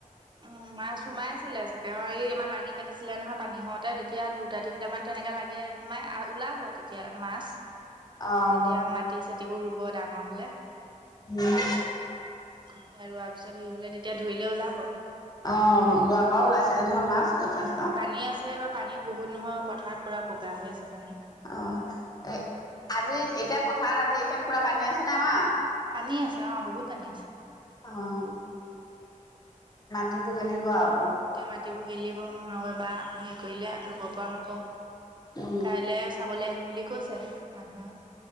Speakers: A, on the right (about 35°); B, on the left (about 30°).
A: উম, মাছ সোমাই আছিলে চাগে অ এই আমাৰ লাঙি পাতিছিলে নহয় পানী হওঁতে এতিয়া দুটা তিনিটামান তেনেকে লাগে সোমাই আৰু ওলাব তেতিয়া মাছ।
B: অ',
A: যেতিয়া
B: ওলাব
A: মাটি চাটিবোৰ ৰুব ডাঙৰ হ'লে।
B: উম,
A: কঠিয়া ৰুৱাৰ পিছত হেৰি হ'লে তেতিয়া ধৰিলে ওলাব।
B: অ যোৱাবাও ওলাইছে নহয় মাছ। যথেষ্ট।
A: উম পানী আছে বা পানী বহুত নহয় পথাৰত পুৰা বগা হৈ আছে। পানী।
B: অ এ আজি এতিয়া পথাৰত আজি এতিয়া পুৰা পানী আছে নে আমা।
A: পানী আছে অ বহুত পানী আছে।
B: অ', চি গেলিব আও।
A: এতিয়া মাটিবোৰ গেলিব আৰু এবাৰ হেৰি কৰিলে ৰুব পৰা হ'ব।
B: উম,
A: কাইলে চাবলে আহিম বুলি কৈছে মানুহে।